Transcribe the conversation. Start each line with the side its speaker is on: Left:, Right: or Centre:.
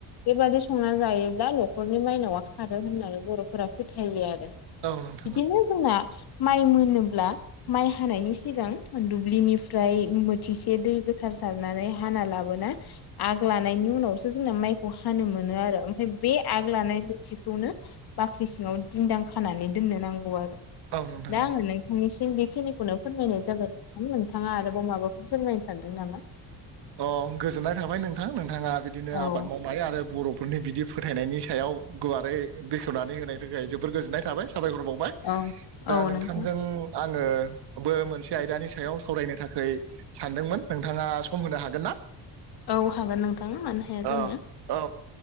Left: बेबादि संना जायोब्ला न'खरनि माइनावा खारो होननानै बर'फोरा फोथा यो आरो
Right: औ नोंथां औ
Left: बिदिनो जोंहा माइ मोनोब्ला माइ हानायनि सिगां दुब्लिनिफ्राय बोथिसे दै गोथार सारनानै हाना लाबोना आग लानायनि उनावसो जोंना माइखौ हानो मोनो आरो बे आग लानाय बोथिखौनो बाख्रि सिङाव दिदां खानानै दोननो नांगौ आरो ।
Right: औ नोंथां
Left: दा
Right: औ
Left: आङो नोंथांनिसिम बेखिनिखौनो फोरमायनाय जागोन नोंथाङा आरोबाव माबाफोर फोरमायनो सानदों नामा?
Right: अ गोजोननाय थाबाय नोंथां नोंथाङा बिदिनो
Left: औ
Right: आबाद मावनाय आरो बर'फोरनि बिदि फोथायनायनि सायाव गुवारै बेखेवनानै होनाय थाखाय जोोबद गोजोननाय थाबाय साबायखर बावबाय ।
Left: औ
Right: दा
Left: औ
Right: नोंथांजों
Left: नोंथां
Right: आङो बो मोनसे आयदानि सायाव सावरायनो थाखाय सानदोंमोन नोंथाङा सम होनो हागोन ना?
Left: औ हागोन नोंथां मानो हाया
Right: औ
Left: जानो
Right: औ